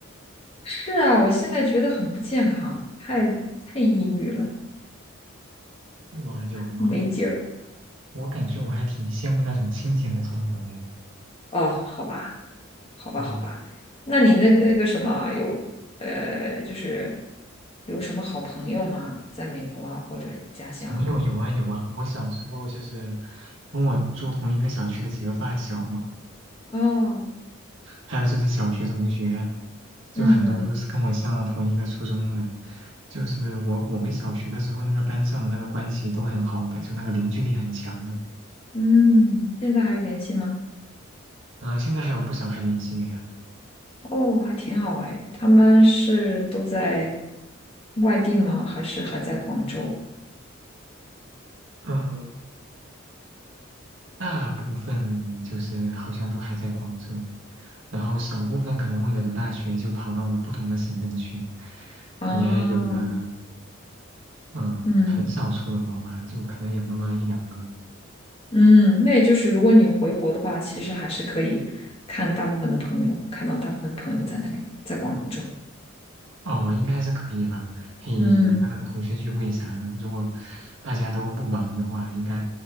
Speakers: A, on the left; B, on the right.
A: 是啊，我现在觉得很不健康，太太抑郁了。
B: 是吗？有吗？
A: 没劲儿
B: 我感觉我还挺羡慕那种清闲的生活的呀。
A: 哦，好吧，好吧，
B: 嗯，
A: 好吧。那你那那个什么有呃，就是有什么好朋友吗？在美国啊，或者家乡啊？
B: 朋友有啊有啊，我小时候就是跟我住同一个小区的几个发小嘛，
A: 哦，
B: 还有就是小学同学，就很多都是跟我上了同一个初中的。
A: 嗯
B: 就是我我们小学的时候，那个班上的那个关系都很好的，就那个凝聚力很强的。
A: 嗯，现在还有联系吗？
B: 啊、现在还有不少还联系的呀。
A: 哦，还挺好哎。他们是都在外地吗？还是还在广州？
B: 嗯，大部分就是好像都还在广州，然后少部分可能为了读大学就跑到了不同的省份去，
A: 啊，
B: 也有的，嗯，
A: 嗯
B: 很少出了国吧，就可能有那么一两个，
A: 嗯，那也就是如果你回国的话，其实还是可以看大部分的朋友，看到大部分朋友在那里，在广州。
B: 哦，应该是可以吧，可以有个那个同学聚会啥的，
A: 嗯
B: 如果大家都不忙的话，应该，